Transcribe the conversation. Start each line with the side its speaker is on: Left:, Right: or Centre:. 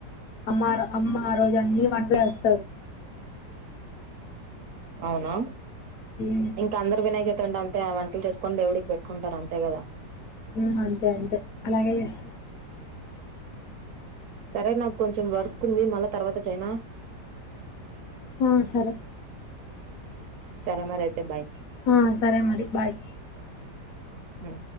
Left: అమ్మ అమ్మ ఆ రోజు అన్ని వంట వస్తారు
Right: అవునా
Left: ఉమ్,
Right: ఇంకా అందరు వినాయక చవితి అంతే ఆ వంటలు చేసుకొని దేవుడికి పెట్టుకుంటారు అంతే కదా
Left: మ్ అంతే అంతే అలాగే చేస్
Right: సరే నాకు కొంచెం వర్క్ ఉంది మళ్ళా తర్వాత చైనా
Left: ఆ సరే
Right: సరే మరి అయితే బాయ్
Left: ఆ సరే మరి బాయ్
Right: మ్